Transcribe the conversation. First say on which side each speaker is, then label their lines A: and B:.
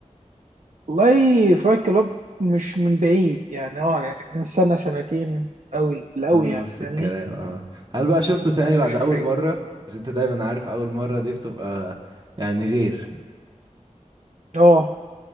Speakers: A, on the right; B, on the right.
A: والله فايت كلاب مش من بعيد يعني اه يعني من سنة سنتين قوي بالقوي
B: انا
A: يعني
B: نفس
A: فاهمني
B: الكلام اه هل بقى شفته تاني
A: يعني
B: بعد
A: مش
B: اول
A: من بعيد
B: مرة عشان انت دايما عارف اول مرة دي بتبقى يعني غير
A: اه